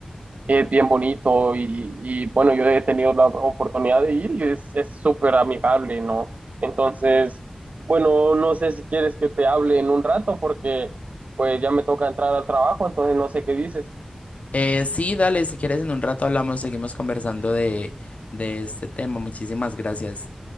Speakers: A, on the right; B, on the left.
A: es bien bonito y, y, bueno, yo he tenido la oportunidad de ir y es, es súper amigable, ¿no? Entonces, bueno, no sé si quieres que te hable en un rato porque pues ya me toca entrar al trabajo, entonces no sé qué dices.
B: Eh, sí, dale, si quieres en un rato hablamos, seguimos conversando de, de este tema. Muchísimas gracias.